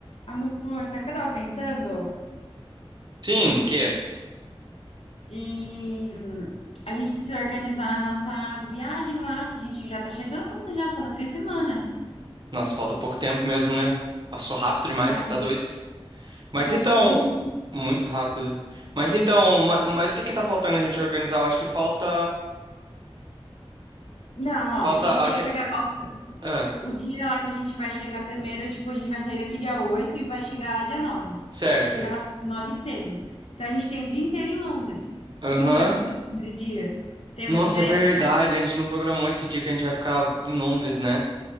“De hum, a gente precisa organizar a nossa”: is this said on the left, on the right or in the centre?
Left